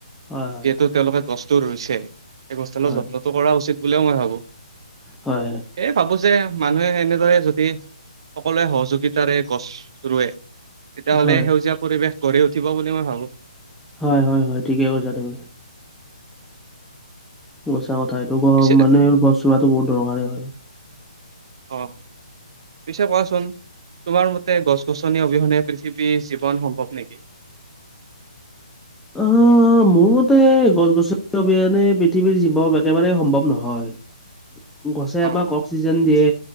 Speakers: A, in the centre; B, on the right.
A: হয়
B: যিহেতু তেওঁলোকে গছটো ৰুইছে। এ গছডালৰ
A: হয়
B: যত্নটো কৰা উচিত বুলিও মই ভাবোঁ।
A: হয় হয়
B: এ ভাবোঁ যে মানুহে এনেদৰে যদি সকলোৱে সহযোগিতাৰে গছ ৰুৱে তেতিয়াহ'লে
A: হয়
B: সেউজীয়া পৰিৱেশ গঢ়ি উঠিব বুলি মই ভাবোঁ।
A: হয়-হয়-হয় ঠিকে কৈছা তুমি। সচা কথা এইটো গ
B: পিছে
A: মানে গছ ৰোৱাটো বহুত দৰকাৰেই হয়।
B: অ' পিছে কোৱাচোন তোমাৰ মতে গছ-গছনি অবিহনে পৃথিৱীৰ জীৱন সম্ভৱ নেকি?
A: উম' মোৰ মতে গছ-গছনি অবিহনে পৃথিৱীৰ জীৱক একেবাৰে সম্ভৱ নহয়। গছে
B: অ
A: আমাক অক্সিজেন দিয়ে,